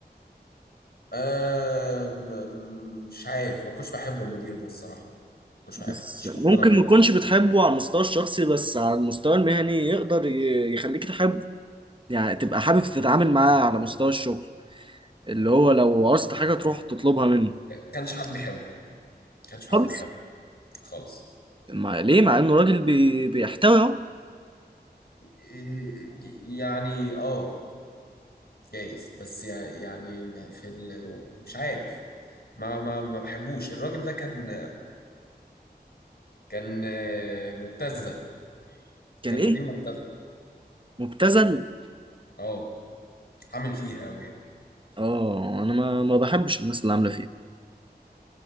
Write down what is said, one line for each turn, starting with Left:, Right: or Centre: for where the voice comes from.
Left: أه م- م- مش عارف ما كنتش بحب المدير ده الصراحه ما كنتش بحبه
Right: بس
Left: ما كنتش
Right: ممكن
Left: مقتنع بيه
Right: ما تكونش بتحبه على المستوى الشخصي بس على المستوى المهني يقدر ي- يخليك تحبه يعني تبقى حابب تتعامل معاه على مستوى الشغل اللي هو لو عاوزت حاجة تروح تطلبها منه
Left: ما كانش حد بيحبه ما كانش حد
Right: خالص
Left: بيحبه خالص
Right: ما ليه مع انه راجل بي... بيحتوي
Left: إيه- يعني اه جايز بس يع- يعني في ال... مش عارف ما ما ما بحبوش الراجل ده كان كان آه، مبتذل
Right: كان
Left: كان
Right: ايه
Left: مدير مبتذل
Right: مبتذل
Left: اه عامل فيها قوي
Right: اه انا ما ما بحبش الناس اللي عامله فيه